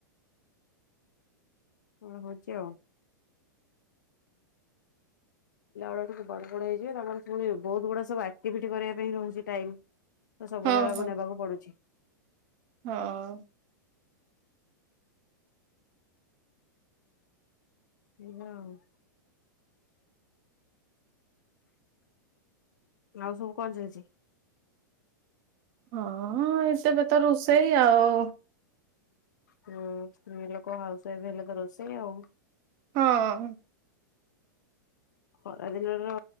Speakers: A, on the left (about 65°); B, on the right (about 40°).
A: <unintelligible> ପିଲା ଗୁଡ଼ାକ ସବୁ ବଡ଼ ବଡ ହେଇଯିବେ ତାଙ୍କର ପୁଣି ବହୁତ ଗୁଡେ ସବୁ ଆକ୍ଟିଭିଟି କରିବା ପାଇଁ ରହୁଛି ଟାଇମ। ତ ସବୁ
B: ହଁ
A: ଜାଗାକୁ
B: ହଁ
A: ନେବାକୁ ପଡୁଛି।
B: ହଁ।
A: ଏଇ ପା ଆଉ। ଆଉ ସବୁ କଣ ଚାଲିଛି?
B: ହଁ ଏଇ ତ କେତେ ରୋଷେଇ ଆଉ।
A: ହଁ ସ୍ତ୍ରୀ ଲୋକ ହାଉସ ୱାଇଫ ହେଲେ ତ ରୋଷେଇ ଆଉ।
B: ହଁ।
A: ଖରାଦିନର